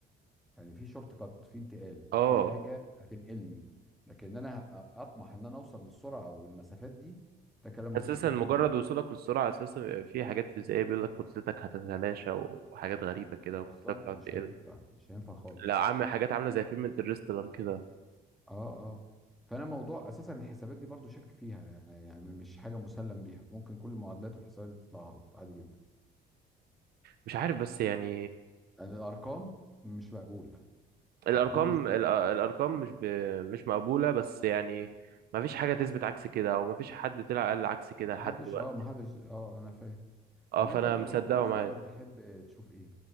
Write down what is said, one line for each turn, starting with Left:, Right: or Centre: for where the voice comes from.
Centre: يعني في شورت كات في انتقال
Right: اه
Centre: في حاجه هتنقلني لكن انا ه- اطمح ان انا اوصل للسرعه والمسافات دي ده كلام مش
Right: اساسا
Centre: منطقي
Right: مجرد
Centre: ابدا
Right: وصولك للسرعة اساسا بيبقى في حاجات فيزيائية بيقول لك كتلتك هتتلاشى وحاجات غريبة كده وكتلتك
Centre: بالظبط
Right: تقعد
Centre: مش
Right: تقل
Centre: هينفع مش هينفع خالص
Right: لا عامل حاجات عاملة زي فيلم انترستيلر كده
Centre: اه اه فانا موضوع اساسا الحسابات دي برضو شاكك فيها يعني يعني مش حاجه مسلم بيها ممكن كل المعادلات والحسابات دي تطلع غلط عادي جدا
Right: مش عارف بس يعني
Centre: يعني الارقام مش مقبوله
Right: الارقام
Centre: ارقام مش مقبوله
Right: ال- الارقام
Centre: خالص
Right: مش ب... مش مقبولة بس يعني ما فيش حاجة تثبت عكس كده او ما فيش حد طلع قال عكس كده
Centre: محدش
Right: لحد دلوقتي
Centre: اه محدش اه انا فاهم
Right: اه
Centre: طب
Right: فانا
Centre: انت لو
Right: مصدقه
Centre: رحت المستقبل
Right: معاه
Centre: تحب تشوف ايه